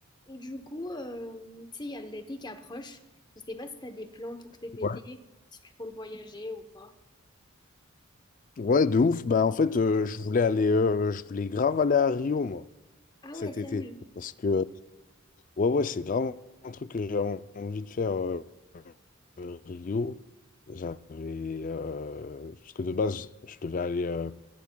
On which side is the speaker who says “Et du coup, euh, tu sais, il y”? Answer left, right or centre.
Left